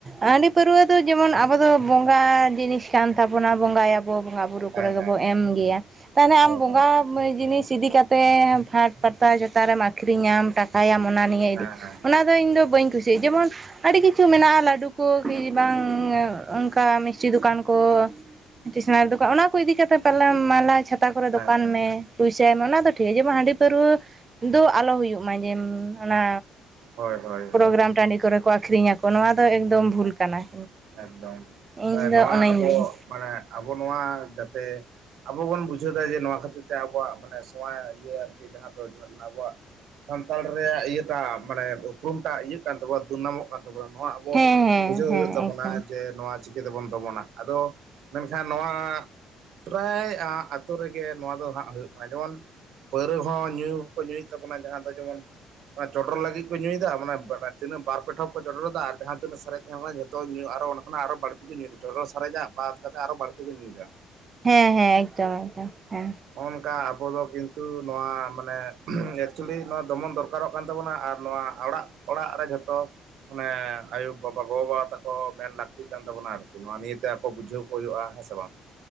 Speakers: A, on the right; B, on the right.
A: ᱦᱟᱺᱰᱤ ᱯᱟᱹᱨᱟᱹᱣᱟᱹ ᱫᱚ ᱡᱮᱢᱚᱱ ᱟᱵᱚ ᱫᱚ ᱵᱚᱸᱜᱟ ᱡᱤᱱᱤᱥ ᱠᱟᱱ ᱛᱟᱵᱚᱱᱟ ᱵᱚᱸᱜᱟ ᱭᱟᱵᱚᱱ ᱟᱵᱚ ᱵᱚᱸᱜᱟ ᱵᱩᱨᱩ ᱠᱚ
B: ᱦᱮᱸ
A: ᱨᱮ ᱜᱮᱵᱚ
B: ᱦᱮᱸ ᱦᱮᱸ
A: ᱮᱢ ᱜᱮᱭᱟ ᱛᱟᱦᱚᱞᱮ
B: ᱦᱳᱭ
A: ᱟᱢ ᱵᱚᱸᱜᱟ
B: ᱦᱳᱭ
A: ᱢᱟᱹᱡ ᱡᱤᱱᱤᱥ ᱤᱫᱤ ᱠᱟᱛᱮ ᱦᱟᱴ ᱯᱟᱛᱟ ᱡᱚᱛᱟ ᱨᱮᱢ ᱟᱹᱠᱷᱨᱤᱧ ᱧᱟᱢ ᱴᱟᱠᱟ ᱛᱟᱭᱟᱢ ᱚᱱᱟ ᱱᱤᱭᱮ
B: ᱦᱮᱸ
A: ᱤᱫᱤ
B: ᱦᱮᱸ ᱦᱮᱸ
A: ᱚᱱᱟ ᱫᱚ ᱤᱧ ᱫᱚ ᱵᱟᱹᱧ ᱠᱩᱥᱤᱭᱟᱜ-ᱟ ᱡᱮᱢᱚᱱ ᱟᱰᱤ ᱠᱤᱪᱷᱩ ᱢᱮᱱᱟᱜ-ᱟ ᱞᱟᱹᱰᱩ ᱠᱚ ᱠᱤ ᱵᱟᱝ ᱚᱱᱠᱟ ᱢᱤᱥᱴᱤ ᱫᱚᱠᱟᱱ ᱠᱚ ᱴᱮᱥᱱᱟᱨᱤ ᱫᱚᱠᱟᱱ ᱚᱱᱟ ᱠᱚ ᱤᱫᱤ ᱠᱟᱛᱮᱫ ᱯᱟᱞᱮ ᱢᱟᱞᱟ ᱪᱷᱟᱛᱟ ᱠᱚ ᱨᱮ
B: ᱦᱮᱸ
A: ᱫᱚᱠᱟᱱ ᱢᱮ ᱯᱩᱭᱥᱟᱭ ᱮᱢᱟ ᱚᱱᱟ ᱫᱚ ᱴᱷᱤᱠ ᱜᱮᱭᱟ ᱡᱮᱢᱚᱱ ᱦᱟᱺᱰᱤ ᱯᱟᱹᱨᱣᱨᱟᱹ ᱫᱚ ᱟᱞᱚ ᱦᱩᱭᱩᱜ ᱢᱟ ᱭᱮᱢ ᱚᱱᱟ
B: ᱦᱳᱭ ᱦᱳᱭ
A: ᱯᱨᱳᱜᱨᱟᱢ
B: ᱦᱳᱭ
A: ᱴᱟᱺᱰᱤ ᱠᱚ ᱨᱮ ᱠᱚ ᱟᱹᱠᱷᱨᱤᱧ ᱟᱠᱚ ᱱᱚᱣᱟ ᱫᱚ ᱮᱠᱫᱚᱢ ᱵᱷᱩᱞ ᱠᱟᱱᱟ
B: ᱮᱠᱫᱚᱢ
A: ᱤᱧ ᱫᱚ
B: ᱱᱚᱣᱟ
A: ᱚᱱᱟᱧ
B: ᱟᱵᱚ
A: ᱞᱟᱹᱭᱟ
B: ᱢᱟᱱᱮ ᱟᱵᱚ ᱱᱚᱣᱟ ᱡᱟᱛᱮ ᱟᱵᱚ ᱵᱚᱱ ᱵᱩᱡᱷᱟᱹᱣ ᱫᱟ ᱡᱮ ᱱᱚᱣᱟ ᱠᱷᱟᱹᱛᱤᱨ ᱛᱮ ᱟᱵᱚᱣᱟᱜ ᱢᱟᱱᱮ ᱱᱚᱣᱟ ᱤᱭᱟᱹ ᱟᱨᱠᱤ ᱡᱟᱦᱟᱸ ᱫᱚ ᱡᱷᱚᱨᱱᱟ ᱟᱵᱚᱣᱟᱜ ᱥᱟᱱᱛᱟᱲ ᱨᱮᱭᱟᱜ ᱤᱭᱟᱹ ᱴᱟᱜ ᱢᱟᱱᱮ ᱩᱯᱨᱩᱢ ᱴᱟᱜ ᱤᱭᱟᱹᱜ ᱠᱟᱱ ᱛᱟᱵᱚᱱᱟ ᱫᱩᱨᱱᱟᱢᱚᱜ ᱠᱟᱱ ᱛᱟᱵᱚᱱᱟ ᱱᱚᱣᱟ ᱟ
A: ᱦᱮᱸ ᱦᱮᱸ
B: ᱵᱩᱡᱷᱟᱹᱣ
A: ᱦᱮᱸ
B: ᱦᱩᱭᱩᱜ ᱛᱟᱵᱚᱱᱟ
A: ᱮᱠᱫᱚᱢ
B: ᱡᱮ ᱱᱚᱣᱟ ᱪᱤᱠᱟᱹ ᱛᱮᱵᱚᱱ ᱫᱚᱢᱚ ᱱᱟ ᱟᱫᱚ ᱢᱮᱱᱠᱷᱟᱱ ᱱᱚᱣᱟ ᱯᱨᱟᱭ ᱟᱛᱳ ᱨᱮ ᱜᱮ ᱱᱚᱣᱟ ᱫᱚ ᱦᱚᱜ ᱦᱩᱭᱩᱜ ᱠᱟᱱᱟ ᱡᱮᱢᱚᱱ ᱯᱟᱹᱣᱨᱟᱹ ᱦᱚᱸ ᱧᱩ ᱦᱚᱸᱠᱚ ᱧᱩᱭᱮᱜ ᱛᱟᱵᱩᱱᱟ ᱡᱟᱦᱟᱸ ᱫᱚ ᱡᱮᱢᱚᱱ ᱢᱟ ᱪᱚᱰᱚᱨ ᱞᱟᱹᱜᱤᱜ ᱠᱚ ᱧᱩᱭᱫᱟ ᱢᱟᱱᱮ ᱛᱤᱱᱟᱹᱜ ᱵᱟᱨ ᱯᱮ ᱴᱷᱚᱯ ᱠᱚ ᱪᱚᱰᱚᱨ ᱫᱟ ᱟᱨ ᱡᱟᱦᱟᱸ ᱛᱤᱱᱟᱹᱜ ᱥᱟᱨᱮᱡ ᱧᱟᱢᱚᱜᱼᱟ ᱡᱚᱛ ᱛᱚ ᱧᱩ ᱟᱨᱚ ᱚᱱᱟ ᱠᱷᱚᱱᱟᱜ ᱟᱨᱚ ᱵᱟᱹᱲᱛᱤ ᱠᱚ ᱧᱩᱭᱫᱟ ᱪᱚᱰᱚᱨ ᱥᱟᱨᱮᱡᱟᱜ ᱵᱟᱫ ᱠᱟᱛᱮ ᱟᱨᱚ ᱵᱟᱹᱲᱛᱤ ᱠᱚ ᱧᱩᱭᱫᱟ᱾
A: ᱦᱮᱸ ᱦᱮᱸ ᱮᱠᱫᱚᱢ ᱮᱠᱫᱚᱢ ᱦᱮᱸ᱾
B: ᱦᱚᱸᱜ-ᱚᱱ ᱠᱟ ᱟᱵᱚ ᱫᱚ ᱠᱤᱱᱛᱩ ᱱᱚᱣᱟ ᱢᱟᱱᱮ ᱮᱠᱪᱩᱞᱤ ᱱᱚᱣᱟ ᱫᱚᱢᱚᱱ ᱫᱚᱨ ᱠᱟᱨᱚᱜ ᱠᱟᱱ ᱛᱟᱵᱚᱱᱟ ᱟᱨ ᱱᱚᱣᱟ ᱚᱲᱟᱜ ᱚᱲᱟᱜ ᱨᱮ ᱡᱷᱚᱛᱚ ᱢᱟᱱᱮ ᱟᱭᱩᱼᱵᱟᱵᱟ ᱜᱚᱼᱵᱟᱵᱟ ᱛᱟᱠᱚ ᱠᱚ ᱢᱮᱱ ᱞᱟᱹᱠᱛᱤᱜ ᱠᱟᱱ ᱛᱟᱵᱚᱱᱟ ᱟᱨᱠᱤ ᱱᱚᱣᱟ ᱱᱤᱭᱟᱹ ᱛᱮ ᱟᱠᱚ ᱵᱩᱡᱷᱟᱹᱣ ᱠᱚ ᱦᱩᱭᱩᱜᱼᱟ᱾ ᱦᱮᱸ ᱥᱮ ᱵᱟᱝ?